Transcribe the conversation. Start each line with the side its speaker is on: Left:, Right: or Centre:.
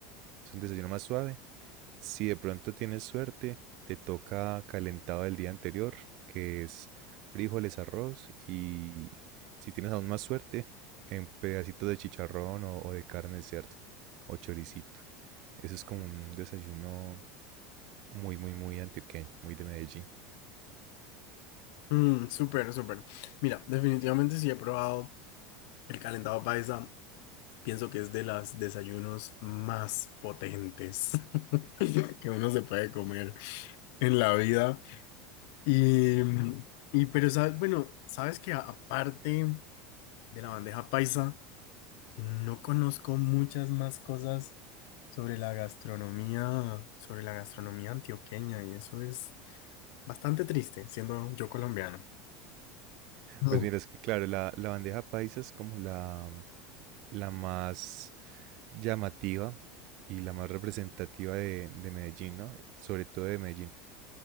Right: Es un desayuno más suave. Si de pronto tienes suerte, te toca calentado del día anterior, que es frijoles, arroz y si tienes aún más suerte, en pedacitos de chicharrón o, o de carne de cerdo o choricito. Eso es como un desayuno muy, muy, muy antioqueño, muy de Medellín.
Left: mm, súper, súper. Mira, definitivamente sí he probado el calentado paisa. Pienso que es de los desayunos más potentes <laughs> que uno se puede comer en la vida. Y, y pero sabes, bueno, sabes que a- aparte de la bandeja paisa, no conozco muchas más cosas sobre la gastronomía, sobre la gastronomía antioqueña, y eso es bastante triste, siendo yo colombiano. Mm.
Right: Pues mira, es que claro, la, la bandeja paisa es como la, la más llamativa y la más representativa de, de Medellín, ¿no? Sobre todo de Medellín.